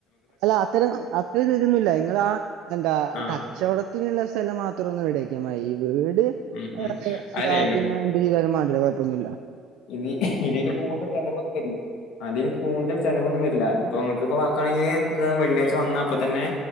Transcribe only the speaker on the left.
ആ
ഉം ഉം
അല്ലേ
ഇനി ഇതിൽ കൂടുതല് ചിലവൊന്നും വരില്ല അതിൽ കൂടുതൽ ചിലവൊന്നും വരില്ല ഇപ്പം അതിക്കിപ്പം ആ ണെ നമ്മുക്ക് വെള്ളിയാഴ്ച വന്നാ അപ്പോ തന്നെ